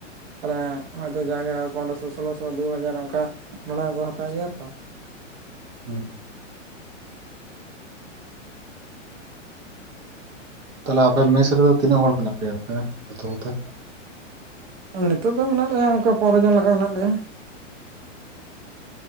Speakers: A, on the right; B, on the right.
A: ᱛᱟᱦᱞᱮ ᱦᱚᱭᱛᱚ ᱡᱟᱦᱟᱜᱮ ᱯᱚᱱᱨᱚ ᱥᱳᱞᱳᱥᱚ ᱛᱚ ᱫᱩᱦᱟᱡᱟᱨ ᱚᱱᱠᱟ ᱵᱷᱟᱲᱟ ᱠᱚ ᱦᱟᱛᱟᱣ ᱜᱮᱭᱟ ᱛᱚ
B: ᱦᱩᱸ ᱛᱟᱦᱞᱮ ᱟᱯᱮ ᱢᱮᱥ ᱨᱮᱫᱚ ᱛᱤᱱᱟᱹᱜ ᱦᱚᱲ ᱢᱮᱱᱟᱜ ᱯᱮᱭᱟ ᱟᱯᱮ ᱡᱚᱛᱚ ᱠᱚᱛᱮ
A: ᱱᱤᱛᱚᱜ ᱫᱚ ᱢᱮᱱᱟᱜ ᱞᱮᱭᱟ ᱚᱱᱠᱟ ᱯᱚᱱᱨᱚ ᱡᱚᱱ ᱞᱮᱠᱟ ᱢᱮᱱᱟᱜ ᱞᱮᱭᱟ